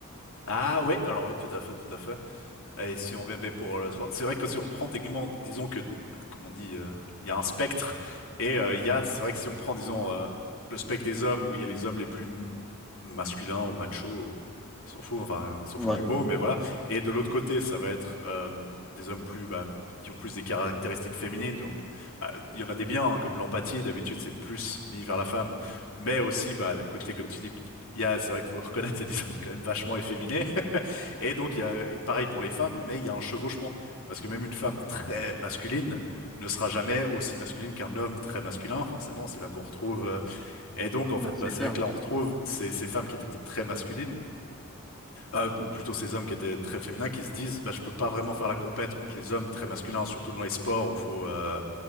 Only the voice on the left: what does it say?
Ah, ouais, alors oui, tout à fait, tout à fait. Et si on vient ben, pour euh, le sport, c'est vrai que si on prend techniquement, disons que, ben, comme on dit, euh, il y a un spectre et euh, il y a, c'est vrai que si on prend, disons, euh, le spectre des hommes où il y a les hommes les plus m- masculins ou machos, on s'en fout, enfin, on s'en
fout du mot, mais voilà. Et de l'autre côté, ça va être euh, des hommes plus, bah, qui ont plus des caractéristiques féminines. Donc, bah, il y en a des biens, hein, comme l'empathie. D'habitude, c'est plus mis vers la femme, mais aussi, bah, le côté, comme tu dis, il y a, c'est vrai qu'il faut reconnaître, il y a des hommes quand même vachement efféminés. <laughs> Et donc, il y a, pareil pour les femmes, mais il y a un chevauchement. Parce que même une femme très masculine ne sera jamais aussi masculine qu'un homme très masculin. Forcément, c'est là qu'on retrouve. euh, Et donc, en
fait,
bah,
c'est
vrai que là, on retrouve ces, ces femmes qui étaient peut-être très masculines, euh, ou plutôt ces hommes qui étaient très féminins, qui se disent, bah, je peux pas vraiment faire la compète contre les hommes très masculins, surtout dans les sports où faut, euh,